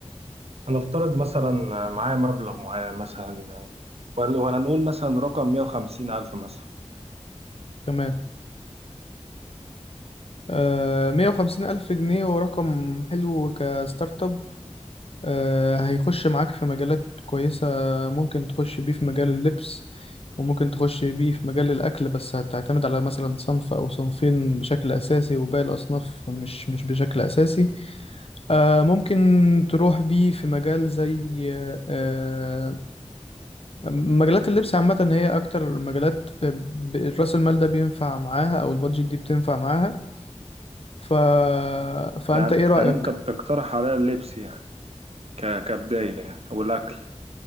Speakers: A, on the right; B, on the left.
A: هنفترض مثلا معايا مبلغ معين مثلا ولا ولا نقول مثلا رقم 150 ألف مثلا
B: تمام آه، مية وخمسين ألف جنيه هو رقم حلو كستارت اب آه، هيخش معاك في مجالات كويسة ممكن تخش بيه في مجال اللبس وممكن تخش بيه في مجال الأكل بس هتعتمد على مثلا صنف أو صنفين بشكل أساسي وباقي الأصناف مش مش بشكل أساسي آه، ممكن تروح بيه في مجال زي آه، مجالات اللبس عامة هي أكتر مجالات آه، ب- رأس المال ده بينفع معاها أو البادجت دي بتنفع معاها ف... فأنت
A: يعني
B: إيه رأيك؟
A: يعني أنت بتقترح عليا اللبس يعني ك- كبداية والأكل